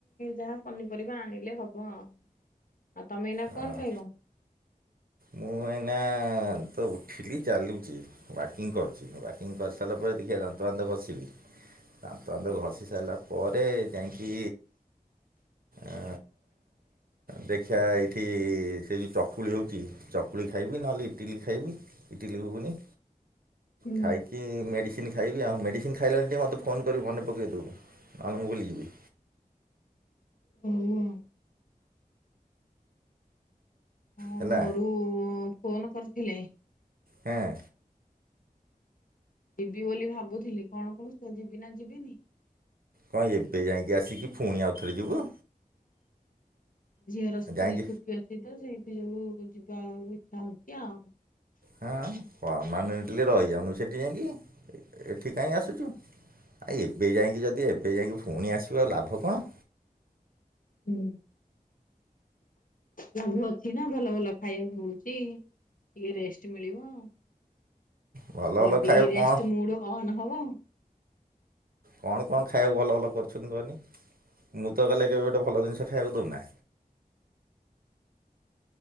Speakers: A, on the left; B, on the right.
A: ଯାହା ପନିପରିବା ଆଣିଲେ ହବ। ଆଉ ତମେ ଏଇନା
B: ହଁ
A: କଣ ଖାଇବ?
B: ମୁଁ ଏଇନା ତ ଉଠିଲି ଚାଲୁଛି ୱାକିଂ କରୁଛି ୱାକିଂ କରିସାରିଲା ପରେ ଦେଖିଆ ଯାଆନ୍ତୁ ଦାନ୍ତଫାନ୍ତ ଘଷିବି ଦାନ୍ତଫାନ୍ତ ଘଷି ସାରିଲା ପରେ ଯାଇକି ଆ ଦେଖିବା ଏଇଠି ସେ ଯେଉଁ ଚକୁଳି ହେଉଛି ଚକୁଳି ଖାଇବି ନହେଲେ ଇଟିଲି ଖାଇବି ଇଟିଲି ଗୁଗୁନି,
A: ହୁଁ
B: ଖାଇକି ମେଡ଼ିସିନ ଖାଇବି ଆଉ ମେଡ଼ିସିନ ଖାଇଲାଣି ଟିକେ ମୋତେ ଫୋନ୍ କରିବି ମନେ ପକାଇ ଦବୁ। ଆଁ ମୁଁ ଭୁଲିଯିବି।
A: ହଉ ଆଉ। ହଁ
B: ହେଲା
A: ଘରୁ ଫୋନ କରିଥିଲେ।
B: ହେଁ।
A: ଯିବି ବୋଲି ଭାବୁଥିଲି କଣ କହୁଛ ଯିବି ନା ଯିବିନି?
B: କଣ ଏବେ ଯାଇକି ଆସିକି ପୁଣି ଆଉଥରେ ଯିବୁ?
A: ଝିଅର ସ୍କୁଲ
B: ଯାଇଁକି
A: ଛୁଟି ଅଛି ତ ସେଇଠି ସବୁ ଯିବା ଇଚ୍ଛା ହଉଛି ଆଉ।
B: ହଁ ପରମାନେଣ୍ଟଲି ରହିଯାଉନୁ ସେଠି ଯାଇକି ଏଠି କାହିଁ ଆସୁଛୁ। ଆ ଏବେ ଯାଇକି ଯଦି ଏବେ ଯାଇକି ପୁଣି ଆସିବୁ ଲାଭ କଣ?
A: ହୁଁ। ଲାଭୁ ଅଛି ନା ଭଲ ଭଲ ଖାଇବାକୁ ମିଳୁଛି ଟିକେ ରେଷ୍ଟ ମିଳିବ।
B: ଭଲ
A: ବଡି
B: ଭଲ ଖାଇବାକୁ
A: ରେଷ୍ଟ
B: କଣ
A: ମୁଡ୍ ଅନ୍ ହବ।
B: କଣ କଣ ଖାଇବାକୁ ଭଲ ଭଲ କରୁଛନ୍ତି କହନି। ମୁଁ ତ ଗଲେ କେବେ ଗୋଟେ ଭଲ ଜିନିଷ ଖାଇବାକୁ ଦେଉନା,